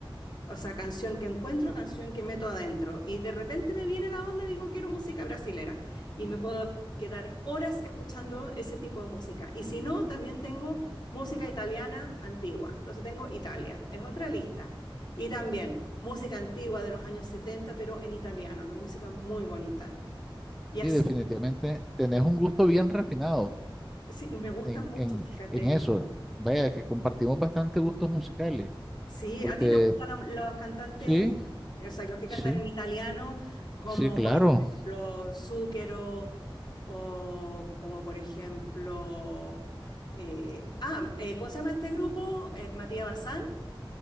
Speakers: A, on the left (about 55°); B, in the centre.
A: O sea, canción que encuentro, canción que meto adentro. Y de repente me viene la onda y digo, quiero música brasilera. Y me puedo quedar horas escuchando ese tipo de música. Y si no, también tengo música italiana antigua. Entonces tengo Italia, es otra lista. Y también música antigua de los años 70 pero en italiano, que es música muy bonita. Y así,
B: Y definitivamente tenés un gusto bien refinado
A: sí, me gusta
B: en,
A: mucho,
B: en,
A: fíjate.
B: en eso. Vaya, que compartimos bastante gustos musicales.
A: Sí,
B: Porque
A: ¿a ti te gustan la- los cantantes,
B: sí,
A: o sea, los que
B: sí,
A: cantan en italiano, como
B: sí, claro.
A: por ejemplo Zucchero o como por ejemplo, eh, ah, eh, ¿cómo se llama este grupo? Eh, Matías Bazán.